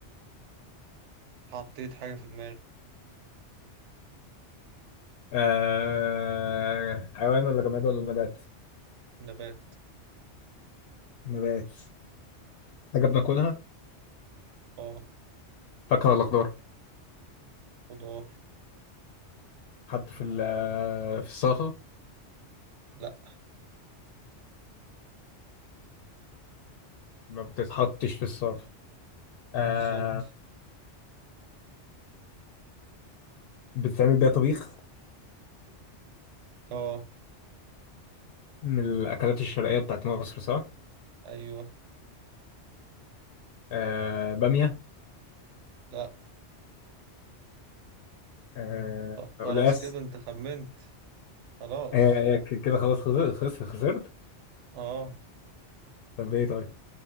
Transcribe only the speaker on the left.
آه حيوان ولا جماد ولا نبات
نبات حاجة بناكلها
فاكهة ولا خضار
حط في ال- في السلطة
ما بتتحطش في السلطة آه
بتتعمل بيها طبيخ
من الأكلات الشرقية بتاعت مصر صح؟
آه بامية
آه
قلقاس
هي هي ك- كده خلاص خسرت خسرت خسرت
طب ايه طيب؟